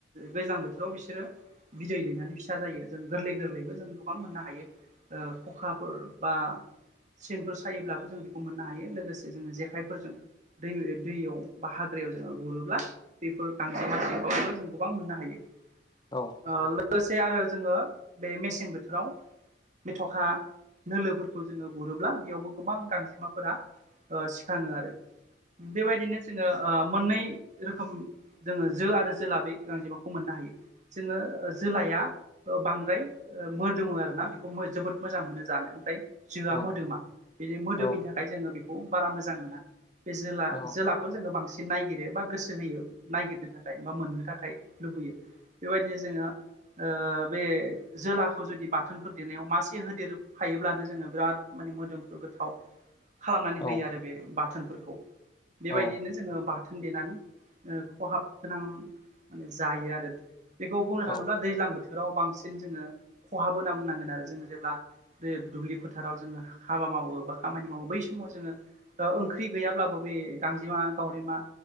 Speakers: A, on the right (about 40°); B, on the left (about 25°).
A: दैज्लां बोथोराव बिसोरो बिदै दैनानै फिसा जायो जों गोरलै गोरलैबो जों गोबां मोननो हायो ओ खखाफोर बा सेनफोर सायोब्लाबो जों बेखौ मोननो हायो लोगोसे जोङो जेखाइफोरजों दै दैयाव बा हाग्रायाव जोङो गुरोब्ला बेफोर गांजेमा सिनखावरिखौ जों गोबां मोननो हायो
B: औ
A: ओ लोगोसे आरो जोङो बे मेसें बोथोराव मेथ'खा नोलोफोरखौ जोङो गुरोब्ला बेयावबो गोबां गांजेमा फोरा ओ सिखाङो आरो बेबायदिनो नो ओ मोननै रोखोम जोङो जो आरो जोला बे गोनां जेमाखौ मोननो हायो जोङो जोलाया बांद्राय मोदोमो आरोना बेखौ जोबोद मोजां मोनो जानो ओमफ्राय जोआ
B: औ
A: मोदोमा बेनि मोदोमनि
B: औ
A: थाखाय जोङो बेखौ बारा मोजां मोना बे जोला
B: औ
A: जोलाखौ खौ जोङो बांसिन नायगिरो बा गोसो होयो नायगिरनो थाखाय बा मोननो थाखाय लुबैयो बेबायदिनो जोङो ओ बे जोलाखौ जुदि बाथोनफोर देनायाव मासे होदेरो हायोब्लानो जोङो बिराद माने मोदोमफ्रु गोथाव खालामनानै
B: औ
A: होयो आरो बे बाथोनफोरखौ बेबायदिनो
B: औ
A: जोङो बाथोन थोनदेनानै खहाब गोनां माने जायो आरो बेखौ बुंनो
B: औ
A: थाङोब्ला दैज्लां बोथोराव बांसिन जोङो खहाबो होनना बुंनांगोन आरो जोङो जेब्ला बे दुब्लि फोथाराव जोङो हाबा मावो बा खामानि मावो बै सम माव जोङो ओ ओंख्रि गैयाब्लाबो बे गांजेमा गावरिमा